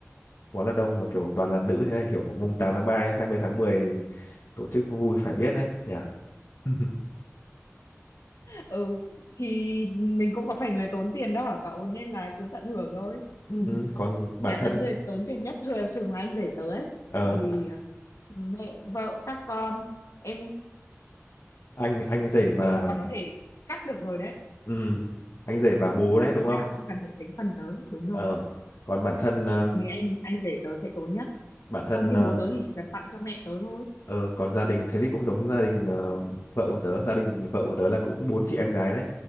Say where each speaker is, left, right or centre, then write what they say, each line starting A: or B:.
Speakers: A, on the left; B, on the left.
A: quá là đông và kiểu toàn là nữ thế này kiểu mùng 8 tháng ba, hai mươi tháng mười. tổ chức vui phải biết đấy nhỉ <laughs>
B: ừ thì mình cũng có phải người tốn tiền đâu hả cậu nên là cứ tận hưởng thôi
A: ừ. còn bản
B: nhà
A: thân
B: tớ người tốn tiền nhất thường thường là anh rể tớ ấy
A: ờ,
B: tại vì ờ, mẹ vợ các con em
A: anh anh rể và
B: tớ là còn có thể cắt được rồi đấy
A: ừ, anh rể và bố đấy đúng
B: Ý
A: không
B: là không cần phải tính phần tớ đúng rồi
A: ờ còn bản thân ờ,
B: thì anh anh rể tớ sẽ tốn nhất
A: bản thân
B: còn như
A: ờ
B: bố tớ thì chỉ cần tặng cho mẹ tớ thôi
A: ờ, còn gia đình thế thì cũng giống gia đình ờ, vợ của tớ gia đình vợ của tớ là cũng bốn chị em gái đấy